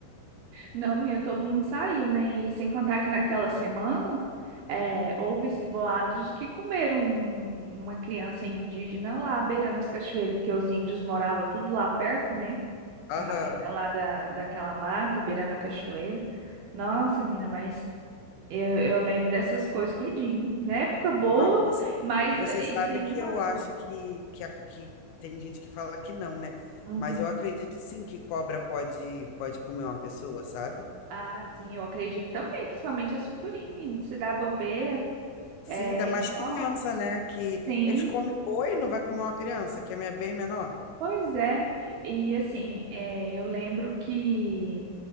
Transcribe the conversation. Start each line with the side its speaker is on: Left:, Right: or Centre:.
Right: Não, menina, todo mundo saiu, né? E sem contar que naquela semana é, houve-se boatos de que comeram um- uma criança indígena lá, beirando as cachoeiras, porque os índios moravam tudo lá perto, né?
Left: <laughs>
Right: Na
Left: Aham.
Right: beira lá da, daquela mata, beirando a cachoeira. Nossa, menina, mas eu, eu lembro dessas coisas tudinho. Na época boa,
Left: Mas Você,
Right: mas
Left: você
Right: eh,
Left: sabe
Right: isso aí
Left: que
Right: me marcou.
Left: eu acho que, que, a- que tem gente que fala que não, né?
Right: Uhum.
Left: Mas eu acredito sim que cobra pode, pode comer uma pessoa, sabe?
Right: Ah, sim, eu acredito também, principalmente a sucuri, menino, se dá bobeira.
Left: Sim,
Right: É,
Left: ainda mais criança,
Right: nossa,
Left: né? Que
Right: sim.
Left: eles comem boi, não vai comer uma criança, que é bem menor.
Right: Pois é, e assim, é, eu lembro que